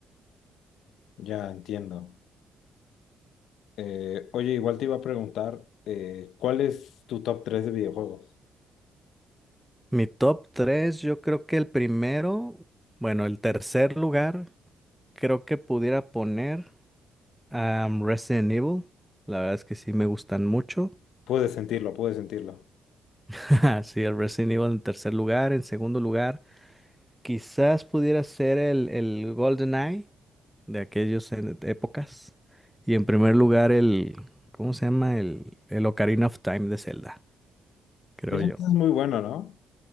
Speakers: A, on the left; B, in the centre.
A: Ya entiendo. Eh, oye, igual te iba a preguntar, eh, ¿cuál es tu top 3 de videojuegos?
B: Mi top tres yo creo que el primero, bueno, el tercer lugar, creo que pudiera poner a Resident Evil. La verdad es que sí me gustan mucho.
A: Puedes sentirlo, puedes sentirlo.
B: <laughs> Sí, el Resident Evil en tercer lugar, en segundo lugar. Quizás pudiera ser el, el GoldenEye de aquellas épocas. Y en primer lugar, el, ¿cómo se llama? El, el Ocarina of Time de Zelda, creo
A: Dicen
B: yo.
A: es muy bueno, ¿no?